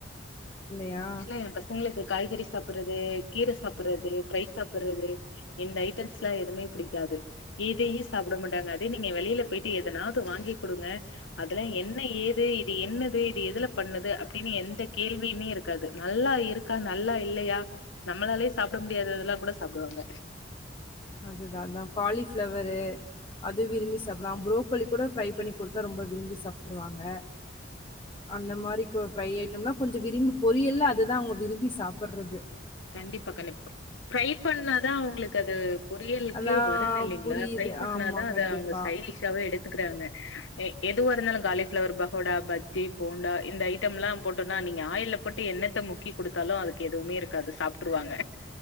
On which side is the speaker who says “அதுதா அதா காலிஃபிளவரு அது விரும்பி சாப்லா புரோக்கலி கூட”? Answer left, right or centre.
Left